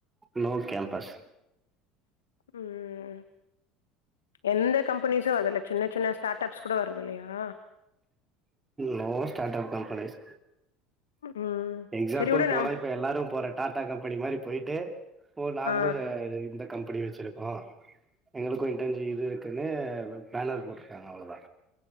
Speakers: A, on the right; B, on the left.
A: நோ கேம்ப்பஸ்
B: ம் எந்த கம்பெனிஸு அதுல்ல சின்ன சின்ன ஸ்டாட் அப்ஸ் கூட வரது இல்லயா?
A: நோ ஸ்டாட் அப் கம்பெனீஸ்
B: ம்
A: எக்ஸாம்பிள்
B: சரி விடு
A: போனா
B: நம்
A: இப்ப எல்லாரு போற டாட்டா கம்பெனி மாரி போயிட்டு ஓ நாங்களு
B: ஆ
A: இந்த கம்பனி வெச்சிருக்கோ. எங்களுக்கு இன்டன்ஜி இது இருக்குன்னு பேனர் போட்ருக்காங்க அவ்ளோதா.